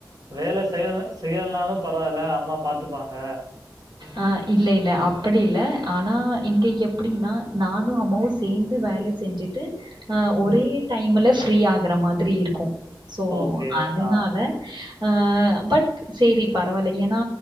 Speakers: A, on the right (about 60°); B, on the right (about 75°).
A: வேலை செய்ய செய்யலைனாலு பரவால்ல அம்மா பாத்துப்பாங்க
B: ஆ இல்ல இல்ல அப்படி இல்ல ஆனா இங்க எப்படின்னா நானு அம்மாவு சேந்து வேல செஞ்சுட்டு ஆ ஒரே
A: ம்.
B: டைம்ல ஃப்ரீ ஆகுற மாதிரி இருக்கும் சோ
A: ஓகே.
B: அதனால
A: ஆ.
B: ஆ பட் சேரி பரவாயில்ல ஏன்னா